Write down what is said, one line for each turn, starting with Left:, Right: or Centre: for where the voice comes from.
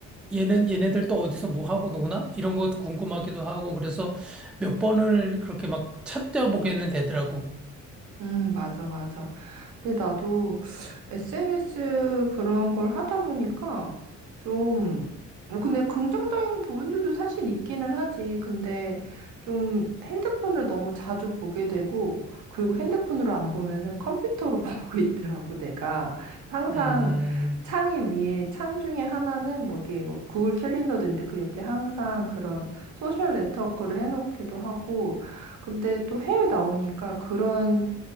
Centre: 얘네, 얘네들 또 어디서 뭐 하고 노나? 이런 것도 궁금하기도 하고, 그래서 몇 번을 그렇게 막 찾아보게는 되더라고.
Right: 음, 맞아, 맞아. 근데 나도 SNS 그런 걸 하다 보니까 좀, 뭐 근데 긍정적인 부분들도 사실 있기는 하지. 근데 좀 핸드폰을 너무 자주 보게 되고, 그리고 핸드폰으로 안 보면은 컴퓨터로 <laughs> 보고 있더라고, 내가. 항상
Centre: 음,
Right: 창이 위에, 창 중에 하나는 뭐 이게 뭐 구글 캘린더도 있는데 그 옆에 항상 그런 소셜 네트워크를 해놓기도 하고, 근데 또 해외 나오니까 그런